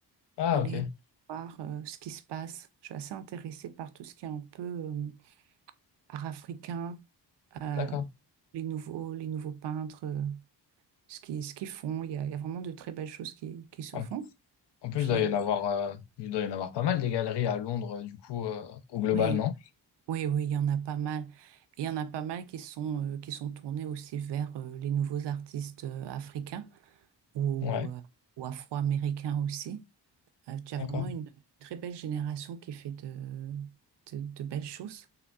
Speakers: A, on the left; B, on the right.
A: Ah,
B: aller
A: ok,
B: voir euh, ce qui se passe. Je suis assez intéressée par tout ce qui est un peu euh, art africain euh,
A: d'accord.
B: les nouveaux, les nouveaux peintres, euh, ce qui, ce qu'ils font. Il y a, il y a vraiment de très belles choses qui, qui se
A: En,
B: font.
A: en plus,
B: Puis,
A: il doit y
B: euh,
A: en avoir, euh, il doit y en avoir pas mal des galeries à Londres, euh, du coup, euh, au global,
B: ouais,
A: non?
B: oui, oui, il y en a pas mal. Il y en a pas mal qui sont, euh, qui sont tournés aussi vers euh, les nouveaux artistes euh, africains ou,
A: Ouais,
B: euh, ou afro-américains aussi. Euh, tu as
A: d'accord.
B: vraiment une très belle génération qui fait de, de, de belles choses.